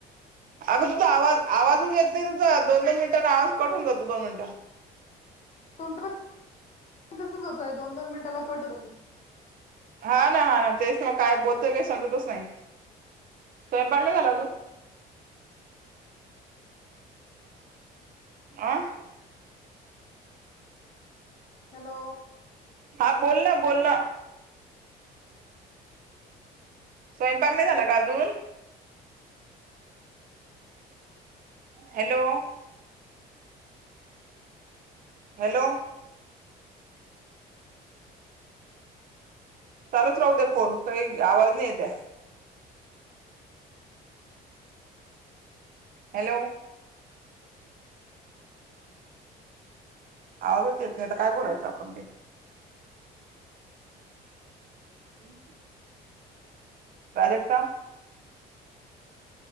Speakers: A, on the right (about 55°); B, on the left (about 40°).
A: अगं तुझ आवाज आवाजच येत नाही तुझ दोन दोन मिनिटांने आवाज कत होऊन जातो दोन मिनिटं-
B: तुम पण तसच होतय दोन दोन मिनिटाला कट होतोय.
A: हा ना हा ना तेच मग काय बोलतोय काय समजतच नाय. स्वयंपाण नाय झाला अजून आं
B: हॅलो
A: हा बोल ना बोल ना स्वयंपाक नाय झाला का अजून हॅलो हॅलो चालूच राहू दे फोन काही आवाज नाही येत ये. हॅलो आवाजच येत नाही आता काय बोलायचं आपण काय <inaudible> प्राजक्ता.